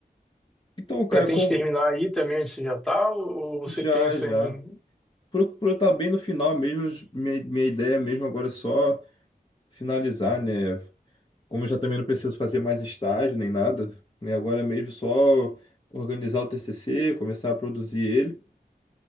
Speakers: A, on the left (about 30°); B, in the centre.
A: Então, cara,
B: Pretende
A: como.
B: terminar aí também onde você já está? Ou você
A: Já,
B: pensa
A: já.
B: em.
A: Procuro estar bem no final mesmo. Minha, minha ideia mesmo agora é só finalizar, né? como eu já também não preciso fazer mais estágio nem nada, né? Agora é mesmo só organizar o TCC, começar a produzir ele